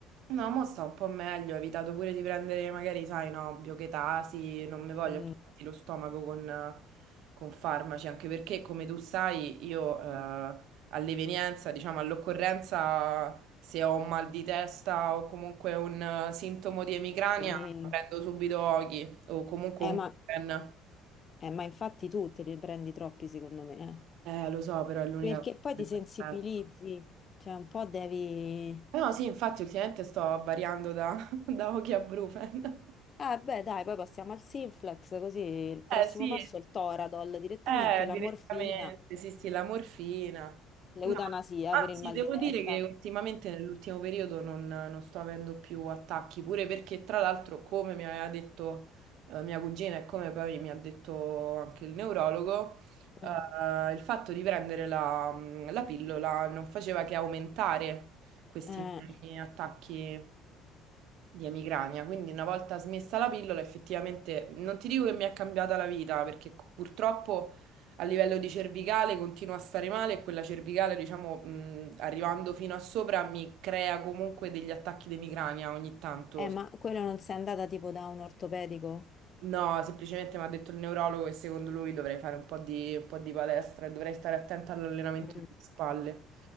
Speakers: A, on the right; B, on the left.
A: No, mo sta un po' meglio, ho evitato pure di prendere magari, sai, no, biochetasi, non mi voglio
B: Mm,
A: più sentire lo stomaco con, con farmaci, anche perché, come tu sai, io eh, all'evenienza, diciamo, all'occorrenza, se ho un mal di testa o comunque un eh, sintomo di emicrania,
B: sì.
A: prendo subito Oki o comunque
B: Eh,
A: un
B: ma,
A: Bupen.
B: eh, ma infatti tu te ne prendi troppi, secondo me, eh.
A: Eh, lo so, però è l'unica
B: Perché
A: cosa che
B: poi
A: mi
B: ti sensibilizzi,
A: aspetto.
B: cioè un po' devi...
A: No, sì, infatti ultimamente sto variando da, <laughs> da Oki a Brufen.
B: Ah, beh, dai, poi passiamo al Sinflex, così il prossimo
A: Eh sì.
B: passo è il Toradol, direttamente
A: Eh,
B: la
A: direttamente,
B: morfina,
A: sì, sì, la morfina.
B: l'eutanasia
A: No, anzi,
B: per il mal
A: devo
B: di testa.
A: dire che ultimamente, nell'ultimo periodo, non, non sto avendo più attacchi, pure perché, tra l'altro, come mi aveva detto eh, mia cugina e come poi mi ha detto anche il neurologo, eh,
B: Mm.
A: il fatto di prendere la, la pillola non faceva che aumentare questi
B: Eh,
A: miei attacchi di emicrania. Quindi una volta smessa la pillola, effettivamente non ti dico che mi è cambiata la vita, perché c- purtroppo a livello di cervicale continuo a stare male e quella cervicale, diciamo, mh, arrivando fino a sopra mi crea comunque degli attacchi di emicrania ogni tanto.
B: eh, ma quello non sei andata tipo da un ortopedico?
A: No, semplicemente mi ha detto il neurologo che secondo lui dovrei fare un po' di, un po' di palestra e dovrei stare attenta all'allenamento
B: Mm,
A: delle spalle.